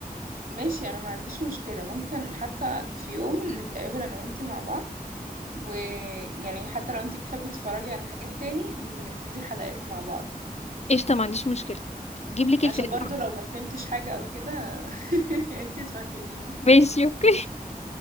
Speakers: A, on the right; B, on the left.
A: ماشي أنا ما عنديش مشكلة ممكن حتى في يوم نتقابل أنا وأنتي مع بعض ويعني حتى لو أنتي بتحبي تتفرجي على حاجات تاني نبتدي الحلقات مع بعض
B: قشطة ما عنديش مشكلة جيب لك الفلفل
A: عشان برضو لو ما فهمتش حاجة أو كده <laughs> أنتي تفهميني
B: ماشي اوكي